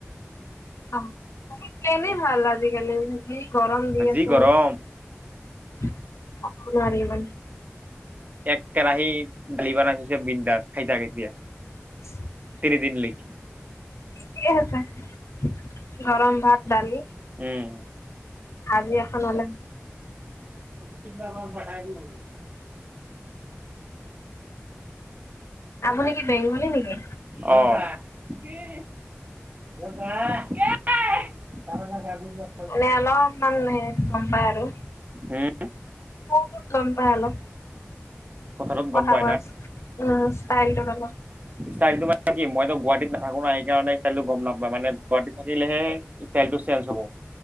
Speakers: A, on the left; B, on the right.
A: আআহাহ প্লেনে ভাল আজিকালি গৰম দি
B: যি
A: আছে,
B: গৰম
A: নোৱাৰী ইমান।
B: এক কেৰাহী দালি বনাই থৈছে, বিনদাজ খাই থাক এতিয়া।
A: <inaudible>
B: তিনি দিন লৈকে।
A: ঠিকে আছে, গৰম ভাত-দালি।
B: উম।
A: আজি এখন হ'লে
B: কিবা কোৱা পঠাই দিলো।
A: আপুনি কি, বেংগলী নেকি?
B: অ'। <unintelligible>
A: মানে আমাও অলপমান হেৰীত গম পায় আৰু।
B: উম
A: মোৰো গম পাই অলপ।
B: কথাটোত
A: কথা
B: গম পাই
A: কোৱাৰ
B: না।
A: উম, ষ্টাইলটোত অলপ।
B: ষ্টাইলটো মানে কি, মইতো গুৱাহাটীত নাথাকো না, সেইকাৰণে ষ্টাইলটো গম নাপাই। মানে গুৱাহাটীত থাকিলেহে ষ্টাইলটো চেঞ্জ হ'ব।